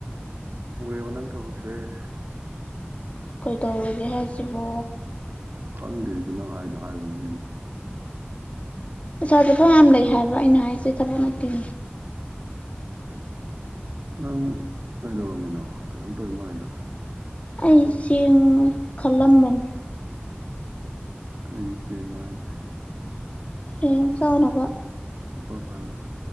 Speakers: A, on the right (about 60°); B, on the left (about 35°).
A: ꯇꯧ ꯂꯪ ꯈꯕꯁꯦ
B: ꯀꯩꯗꯧꯔꯒꯦ ꯍꯥꯏꯁꯤꯕ
A: ꯈꯪꯗꯦ ꯑꯩꯁꯨ ꯅꯪ ꯍꯥꯏꯗꯣ ꯍꯥꯏꯕꯅꯤ ꯀꯩꯅꯣ
B: ꯑꯆꯥꯥ ꯆꯠꯊ ꯌꯥꯝ ꯂꯩ ꯍꯥꯏꯕ ꯑꯩꯅ ꯍꯥꯏꯁꯦ ꯊꯕꯛ ꯅꯤꯅꯤ
A: ꯅꯪ ꯀꯩꯗꯧꯔꯝꯃꯤꯅꯣ ꯀꯩꯅꯣꯝ ꯇꯧꯔꯤ ꯃꯥꯏꯗ
B: ꯑꯩ ꯆꯦ ꯈꯜꯂꯝꯕꯟ
A: ꯀꯔꯤ ꯁꯦꯡ ꯃꯥꯁꯦ
B: ꯦꯡ ꯆꯥꯅꯕ
A: ꯁꯨꯄꯔ ꯐꯥꯏꯅꯣ